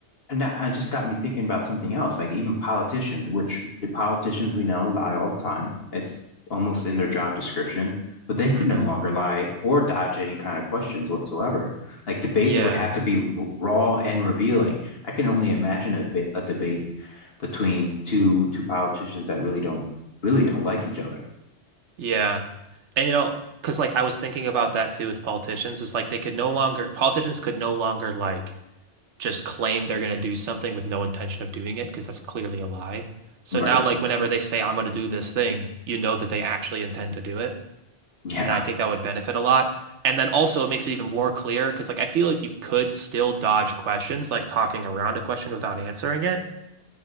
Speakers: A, on the left; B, on the right.
A: and that- I just got me thinking about something else, like even politicians, which the politicians we know lie all the time. It's almost in their job description, but they could
B: hmm
A: no longer lie or dodge any kind of questions whatsoever. Like debates
B: Yeah.
A: would have to be r- raw and revealing. I can only imagine a, bit, a debate between two two politicians that really don't really don't like each other.
B: Yeah. And, you know, because, like, I was thinking about that too with politicians, is like they could no longer, politicians could no longer, like, just claim they're going to do something with no intention of doing it because that's clearly a lie. So
A: Right.
B: now, like, whenever they say, I'm going to do this thing, you know that they actually intend to do it.
A: Yeah.
B: And I think that would benefit a lot. And then also, it makes it even more clear because, like, I feel like you could still dodge questions, like talking around a question without answering it.